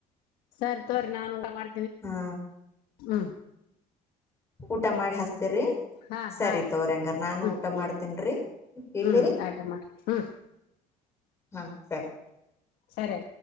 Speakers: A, on the left; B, on the left.
A: ಸರಿ ತೋರಿಿ ನಾನಊ ಮಾಡ
B: ಹಾ
A: ಹ್ಮ್
B: ಊಟ ಮಾಡಿ ಹಸ್ತೇರಿ
A: ಹಾ
B: ಸರಿ
A: ಹಾ ರೀ
B: ತೋ್ರಂಗಾರ ನಾನು
A: ಹ್ಮ್
B: ಊಟ
A: ಹ್ಮ್
B: ಮಾಡ್ತೀನ್ರಿ ಇಿರಿ
A: ಹ್ಮ್ ಆಟ ಮಾಡ ಹ್ಮ್
B: ಹಾ ಸರಿ
A: ಸರಿ